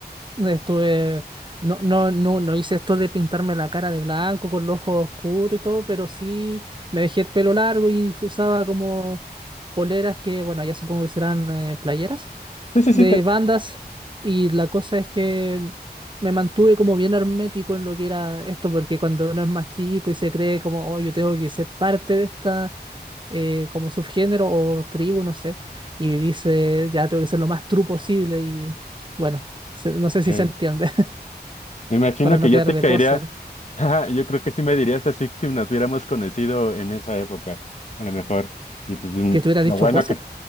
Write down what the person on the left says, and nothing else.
Sí, sí, sí,
te entiendo.
Eh,
me
imagino
que yo
te
caería,
<laughs> ajá, yo creo que sí me dirías así si nos hubiéramos conocido en esa época, a lo mejor. Y pues mm,
lo
bueno
que,